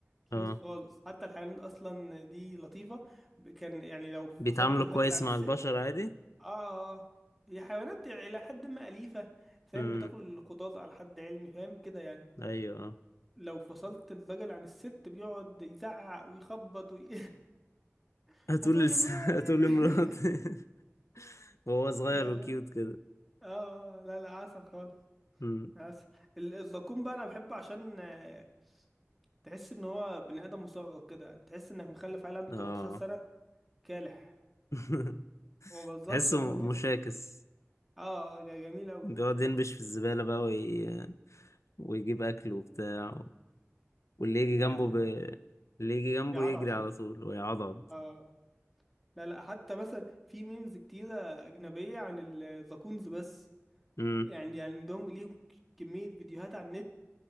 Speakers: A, in the centre; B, on the left.
A: كيوت
B: اه
A: خالص حتى الحيوانات اصلا دي لطيفة ب- كان يعني لو فصلت
B: بيتعاملوا
A: الراجل
B: كويس
A: عن
B: مع
A: الست
B: البشر عادي
A: اه هي حيوانات الى حد ما اليفه فاهم
B: امم
A: بتاكل خضار على حد علمي فاهم كده يعني
B: ايوه اه
A: لو فصلت الراجل عن الست بيقعد يزعق ويخبط وي... <laughs>
B: هتقول
A: هتقول
B: لس...
A: امرأتي
B: <laughs> هتقول لمراتي
A: <laughs>
B: <laughs> وهو صغير
A: لا
B: وكيوت
A: لا
B: كده
A: اه آه. لا لا عسل خالص
B: امم
A: عسل ال- الزقوم بقى انا بحبه عشان آه، تحس ان هو بني ادم مصغر كده تحس انك مخلف عيل عنده
B: اه
A: 13 سنه كالح
B: <laughs>
A: ما بهزرش
B: تحسه
A: هما كده
B: مشاكس
A: اه آه، ج- جميل قوي
B: بيقعد ينبش في الزبالة بقى وي... ويجيب أكل وبتاع واللي يجي جنبه
A: آه هو
B: ب... اللي يجي جنبه
A: بيعضعض
B: يجري
A: فيه
B: على طول ويعضض
A: اه لا لا حتى مثلا في ميمز كتيرة أجنبية عن الزاكونز بس
B: امم
A: يعني يعني عندهم ليهم ك- كمية فيديوهات على النت